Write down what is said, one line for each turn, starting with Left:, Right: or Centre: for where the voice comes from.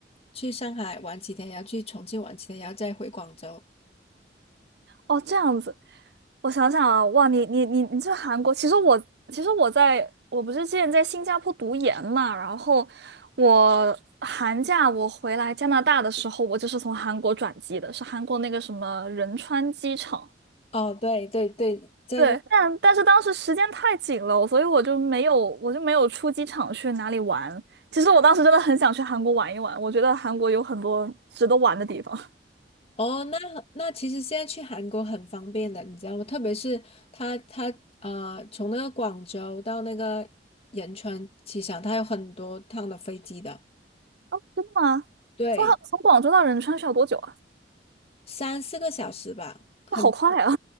Left: 去上海玩几天，然后去重庆玩几天，然后再回广州。
Right: 哦，这样子，我想想啊，哇，你你你你去韩国，其实我其实我在我不是之前在新加坡读研嘛，然后我寒假我回来加拿大的时候，我就是从韩国转机的，是韩国那个什么仁川机场。
Left: 哦，对对对，在那个
Right: 对，但但是当时时间太紧了，所以我就没有我就没有出机场去哪里玩。其实我当时真的很想去韩国玩一玩，我觉得韩国有很多值得玩的地方。
Left: 哦，那那其实现在去韩国很方便的，你知道吗？特别是他他啊，从那个广州到那个仁川机场，他有很多趟的飞机的，
Right: <laughs> 啊，
Left: 对，
Right: 从从广州到仁川需要多久啊？
Left: 三四个小时吧。很。
Right: 那好快啊！